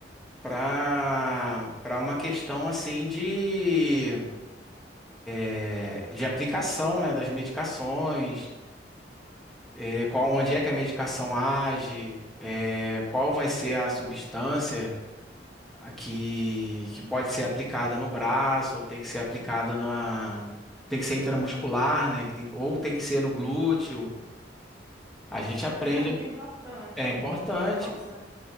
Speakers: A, in the centre; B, on the right (about 20°).
A: para para uma questão assim de, é, de aplicação, né, das medicações, é, qual, onde é que a medicação age, é, qual vai ser a substância. a que, que pode ser aplicada no braço, ou tem que ser aplicada na. Tem que ser intramuscular, né? que tem- ou tem que ser no glúteo. A gente aprende,
B: Isso é muito importante.
A: é importante.
B: Nossa,